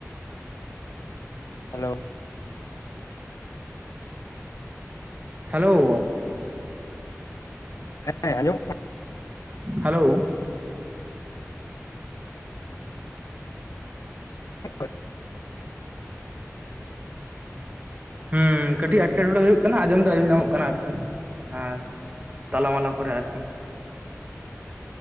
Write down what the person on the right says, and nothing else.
ᱦᱟᱞᱚᱼᱳ ᱾
ᱦᱟᱞᱟᱳ ᱾
ᱦᱩᱸᱻ, ᱠᱟᱹᱴᱤᱡ, ᱮᱴᱠᱮᱴᱚᱸᱲᱮ ᱦᱩᱭᱩᱜ ᱠᱟᱱᱟ, ᱟᱸᱡᱚᱢ ᱫᱚ, ᱟᱸᱡᱚᱢ ᱧᱟᱢᱚᱜ ᱠᱟᱱᱟ, ᱟᱨᱠᱤ ᱾ ᱟᱨ ᱛᱟᱞᱟᱢᱟᱞᱟ ᱠᱚᱨᱮ ᱟᱨᱠᱤᱼᱼ